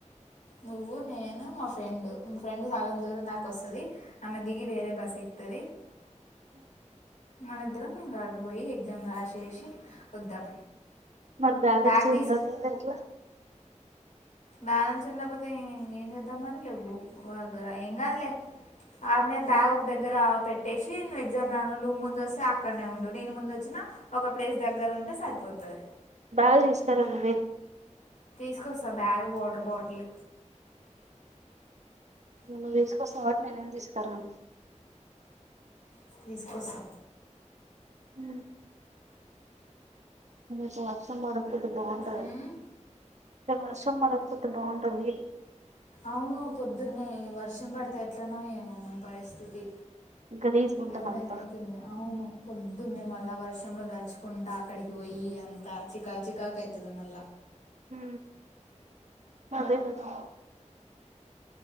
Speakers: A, on the left (about 85°); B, on the right (about 65°).
A: నువ్వు నేను మా ఫ్రెండ్ మా ఫ్రెండ్ సగం దూరం దాకా వస్తది ఆమె దిగి వేరే బస్ ఎక్తది మన ఇద్దరం ఇంగ అడ్పోయి ఎగ్జామ్ రాసేసి వద్దాం
B: మరి బ్యాలెన్స్
A: బ్యాగ్ తీసుకు
B: ఉండదు గదా ఎట్లా
A: బ్యాలెన్స్ ఉండపోతే ఏం చేద్దాం మరి లేవు మా దగ్గర ఏం గాదు లే అడ్నే బ్యాగ్ ఒక దగ్గర పెట్టేసి నువ్వు ఎగ్జామ్ రా నువ్వు ముందు వస్తే అక్కడనే ఉండు నేను ముందు వచ్చిన ఒక ప్లేస్ దగ్గర ఉంటే సరిపోతది
B: బ్యాగ్ తీస్కర నువ్వే
A: తీసుకొస్తా బ్యాగ్ వాటర్ బాటిల్
B: ఇలా నువ్ తీసుకొస్తావ్ కాబట్టి నేనేం తీసుకురాను
A: ఊ తీసుకోస్తా
B: ఊ రేపు వర్షం పడకపోతే బాగుంటది
A: ఉమ్,
B: రేపు వర్షం బడకపోతే బాగుంటవి
A: అవును పొద్దున్నే వర్షం బడితే ఎట్లనో ఏమో మన పరిస్థితి
B: గలీజ్గుంటది
A: అది భయమ
B: అంతా
A: అయితుంది అవును పొద్దున్నే మళ్ళా వర్షంలో తలుచుకుంటా అక్కడికి వోయి ఈ అంత చికా చికాకయితది మల్లా
B: ఊ అదే కదా